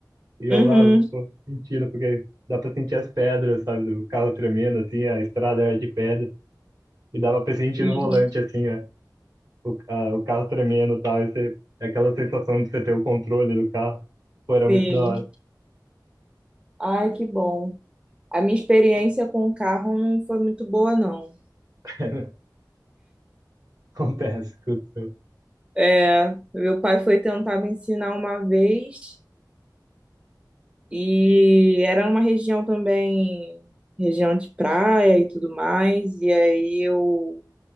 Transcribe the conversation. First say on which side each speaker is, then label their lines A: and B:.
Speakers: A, on the right; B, on the right.
A: E eu
B: Uhum.
A: lá, pô, sentindo, porque dá pra sentir as pedras, sabe, do carro tremendo, assim, a estrada era de pedra, e dava pra sentir
B: Sim.
A: no volante, assim, a, o, a- o carro tremendo e tal, e você, é aquela sensação de você ter o controle do carro, pô, era
B: Sim.
A: muito da hora.
B: Ai, que bom. A minha experiência com o carro não foi muito boa, não.
A: <laughs> Acontece, aconteceu.
B: É, meu pai foi tentar me ensinar uma vez e era uma região também, região de praia e tudo mais. E aí eu,